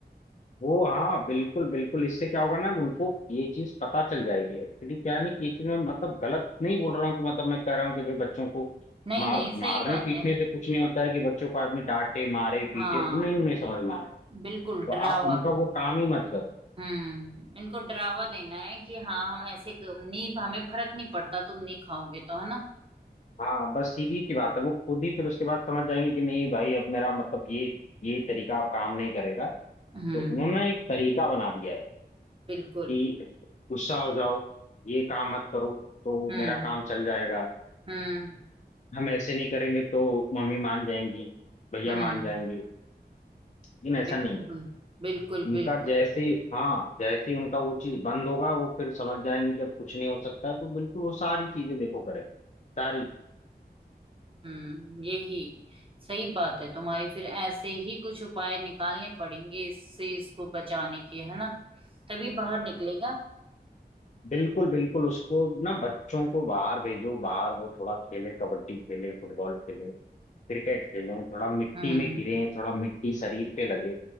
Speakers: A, on the left; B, on the right.
A: वो हाँ बिल्कुल बिल्कुल इससे क्या होगा ना उनको ये चीज पता चल जाएगी एक्चुअली क्या है ना कि ये चीज मैं मतलब गलत नहीं बोल रहा हूँ कि मतलब मैं कह रहा हूँ कि भाई बच्चों को
B: नहीं
A: मार
B: नहीं सही
A: मारने
B: बात
A: पीटने
B: है
A: से कुछ नहीं होता है कि बच्चों को आदमी डांटे मारे पीटे
B: हाँ
A: उन्हें उन्हें समझ में आए
B: बिल्कुल
A: तो
B: डरावा
A: आप उनका वो काम ही मत करो
B: हम्म इनको डरावा देना है कि हाँ हम ऐसे क- नहीं हमें फर्क नहीं पड़ता तुम नहीं खाओगे तो है ना
A: हाँ बस सीधी सी बात है वो खुद ही फिर उसके बाद समझ जाएंगे कि नहीं भाई अब मेरा मतलब ये ये तरीका अब काम नहीं करेगा
B: हम्म
A: तो उन्होंने एक तरीका बना दिया है
B: बिल्कुल
A: कि गुस्सा हो जाओ ये काम मत करो तो
B: हम्म
A: मेरा काम चल जाएगा
B: हम्म
A: हम ऐसे नहीं करेंगे तो मम्मी मान जाएंगी भैया
B: हम्म
A: मान जाएंगे लेकिन ऐसा
B: बिल्कुल
A: नहीं है
B: बिल्कुल
A: उनका
B: बिल्कुल
A: जैसे हाँ जैसे ही उनका वो चीज बंद होगा वो फिर समझ जाएंगे कि अब कुछ नहीं हो सकता तो बिल्कुल वो सारी चीजें देखो करेंगे सारी
B: हम्म यही सही बात है तुम्हारी फिर ऐसे ही कुछ उपाय निकालने पड़ेंगे इससे इसको बचाने के है ना तभी बाहर निकलेगा
A: बिल्कुल बिल्कुल उसको ना बच्चों को बाहर भेजो बाहर वो थोड़ा खेले कबड्डी खेले फुटबॉल खेले क्रिकेट खेलें थोड़ा मिट्टी
B: हम्म
A: में गिरें थोड़ा मिट्टी शरीर पे लगे